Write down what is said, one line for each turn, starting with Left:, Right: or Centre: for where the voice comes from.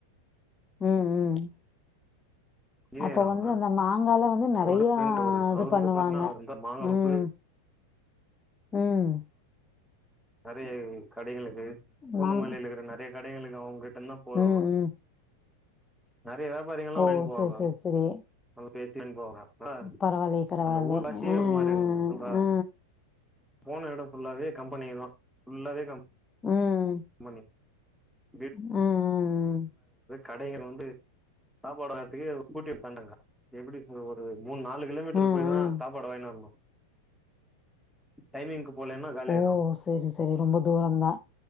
Left: உம் ஊம்
Centre: இன்ஜினியர்
Left: அப்ப
Centre: அவன்
Left: வந்து அந்த மாங்கால வந்து நறைய
Centre: அவரோட ஃப்ரெண்ட் அவரு
Left: இது
Centre: அவரு
Left: பண்ணுவாங்க
Centre: வந்து பாத்தீங்கன்னா அவர் இந்த மாங்கா
Left: ஊம்
Centre: உப்பு
Left: ஊம்
Centre: நறைய <unintelligible> கடைங்களுக்கு பூந்தமலில்லருக்குற
Left: மாங்
Centre: நெறய க கடைங்களுக்கு அவுங்க வேன்னா போலா
Left: ம் ம்
Centre: நறைய வியாபாரிங்க ல்லாம்
Left: ஓ
Centre: வாயின் போவாங்க
Left: செரி செரி செரி
Centre: அவ் <unintelligible> போவாங்க அ
Left: பரவாயில்லையே பரவாயில்லையே
Centre: அந்த ஊர்லர்சியே
Left: ஆ
Centre: ஒரு மாறி இருக்கோ சொல்றா
Left: ஆ ஆ
Centre: போன எடம் ஃபுல்லாவே கம்பெனிங்க தா ஃபுல்லாவே கம்ப்
Left: ம் ம்
Centre: பனி <unintelligible>
Left: ம்
Centre: கடைங்கள் வந்து சாப்பாட் வாங்றத்க்கே ஸ்கூட்டிய தன்டாங்க எப்டி ஒரு மூனு நாலு கிலோமீட்டர்
Left: ம்
Centre: போய் தா
Left: ம்
Centre: சாப்பாடு வாயிங் வரணும் டைமிங்க்கு போலயன்னா கால்யாய்டும்
Left: ஓ செரி செரி ரொம்ப தூரந்தா